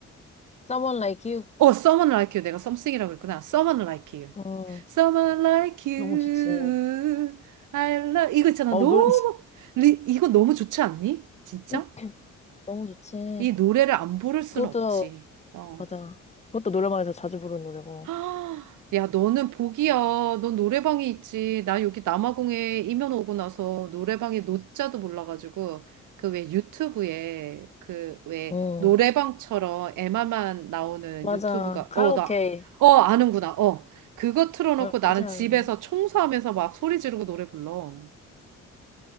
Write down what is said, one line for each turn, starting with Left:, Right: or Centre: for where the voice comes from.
Left: Someone Like You?
Right: 어, Someone Like You. 내가 썸씽이라고 그랬구나. Someone Like You.
Left: 음,
Right: Someone Like You.
Left: 너무 좋지.
Right: I love. 이거 있잖아.
Left: 어,
Right: 너무,
Left: 노래,
Right: 리, 이거 너무 좋지 않니? 진짜?
Left: <laughs> 너무 좋지.
Right: 이 노래를 안 부를 수는
Left: 그것도,
Right: 없지. 어.
Left: 맞아. 그것도 노래방에서 자주 부르는 노래고.
Right: 아, 야, 너는 복이야. 넌 노래방이 있지. 나 여기 남아공에 이민 오고 나서 노래방에 노자도 몰라가지고 그 왜 유튜브에 그 왜
Left: 응,
Right: 노래방처럼 에마만 나오는
Left: 맞아.
Right: 유튜브가
Left: 카라오케.
Right: 어, 나, 어, 아는구나. 어, 그거 틀어놓고
Left: 알지,
Right: 나는
Left: 알지.
Right: 집에서 청소하면서 막 소리 지르고 노래 불러.